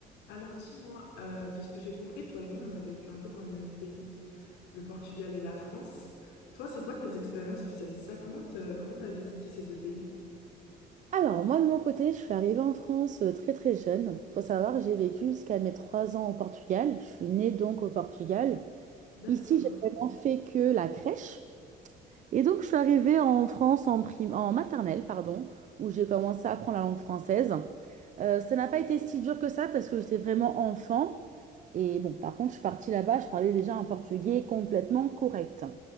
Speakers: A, on the left (about 85°); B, on the right (about 45°).
A: Alors dis-moi, euh, de ce que j'ai compris, toi et moi, on a vécu un peu dans les mêmes pays, le Portugal et la France. Toi, c'est quoi tes expériences vis-à-vis de ça? Comment te- comment t'as visité ces deux pays?
B: Alors, moi, de mon côté, je suis arrivée en France euh, très très jeune. Faut savoir que j'ai vécu jusqu'à mes 3 ans au Portugal. Je suis née donc au Portugal.
A: D'accord.
B: Ici, j'ai vraiment fait que la crèche. Et donc, je suis arrivée en France en prime, en maternelle, pardon, où j'ai commencé à apprendre la langue française. Euh, ça n'a pas été si dur que ça parce que j'étais vraiment enfant. Et bon, par contre, je suis partie là-bas, je parlais déjà un portugais complètement correct.